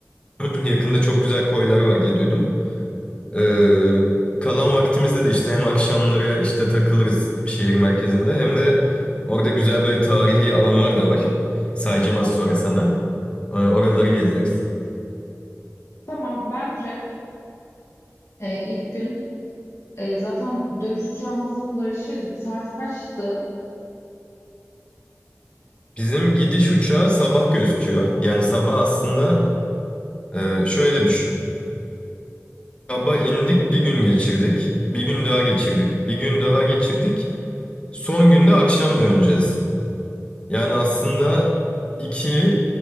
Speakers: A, on the left; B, on the left.
A: <clears throat> Yakında çok güzel koylar var diye duydum. Ee, kalan vaktimizde de işte hem akşamları işte takılırız şehir merkezinde hem de orada güzel böyle tarihi alanlar da var. Sayacağım az sonra sana. Ee, oraları
B: Hı hı.
A: gezeriz.
B: Tamam bence e, ilk gün e, zaten dönüş uçağımızın varışı saat kaçtı?
A: Bizim gidiş uçağı sabah gözüküyor. Yani sabah aslında e, şöyle düşün. Sabah indik bir gün geçirdik. Bir gün daha geçirdik. Bir gün daha geçirdik. Son günde akşam döneceğiz. Yani aslında iki,